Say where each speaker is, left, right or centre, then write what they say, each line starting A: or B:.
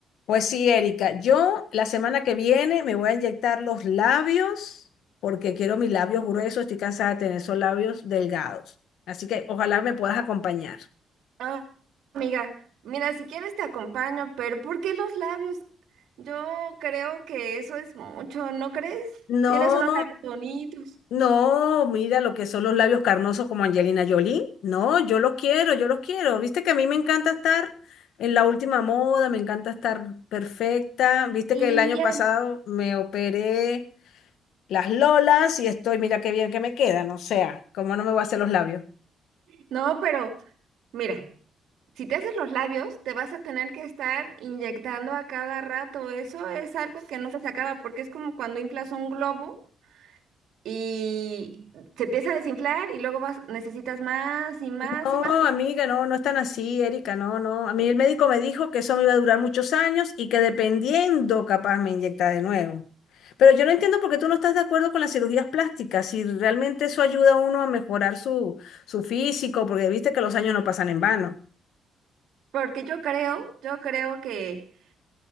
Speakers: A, on the left; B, on the right.
A: Pues sí, Erika, yo la semana que viene me voy a inyectar los labios porque quiero mis labios gruesos, estoy cansada de tener esos labios delgados. Así que ojalá me puedas acompañar.
B: Ah, amiga, mira, si quieres te acompaño, pero ¿por qué los labios? Yo creo que eso es mucho, ¿no crees?
A: No,
B: Tienes unos labios bonitos.
A: no, mira lo que son los labios carnosos como Angelina Jolie. No, yo los quiero, yo los quiero. Viste que a mí me encanta estar en la última moda, me encanta estar perfecta. Viste
B: Y
A: que el año pasado
B: al-
A: me operé. las lolas y estoy, mira qué bien que me quedan, o sea, cómo no me voy a hacer los labios.
B: No, pero mira, si te haces los labios, te vas a tener que estar inyectando a cada rato. Eso es algo que nunca se acaba porque es como cuando inflas un globo y se empieza a desinflar y luego vas, necesitas más y más
A: No,
B: y más.
A: amiga, no, no es tan así, Erika, no, no. A mí el médico me dijo que eso me iba a durar muchos años y que dependiendo capaz me inyecta de nuevo. Pero yo no entiendo por qué tú no estás de acuerdo con las cirugías plásticas, si realmente eso ayuda a uno a mejorar su, su físico, porque viste que los años no pasan en vano.
B: Porque yo creo, yo creo que